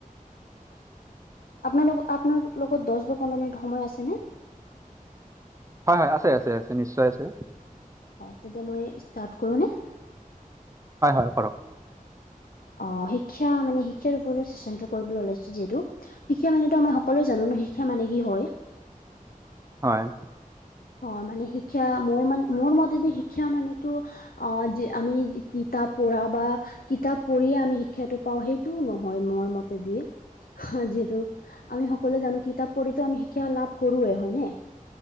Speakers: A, on the left; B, on the right.
A: আপোনাৰ লগ আপোনাৰ লগত দহ বা পোন্ধৰ মিনিট সময় আছে নে
B: হয় হয় আছে আছে আছে নিশ্চয় আছে
A: হয় তেতিয়া মই ষ্টাৰ্ট কৰোনে
B: হয় হয় কৰক
A: অ শিক্ষা মানে শিক্ষাৰ ওপৰত চেচনটো কৰিবলৈ ওলাইছো যিহেতু শিক্ষা মানেতো আমাৰ সকলোৱে জানো ন শিক্ষা মানে কি হয়
B: হয়
A: অ মানে শিক্ষা মোৰ মান মোৰ মতেদি শিক্ষা মানতো অ যে আমি কিতাপ পঢ়া বা কিতাপ পঢ়িয়ে আমি শিক্ষাতো পাও সেইটোও নহয় মোৰ মতেদি যিহেতু আমি সকলোৱে জানো কিতাপ পঢ়িতো আমি শিক্ষা লাভ কৰোৱে হয় নে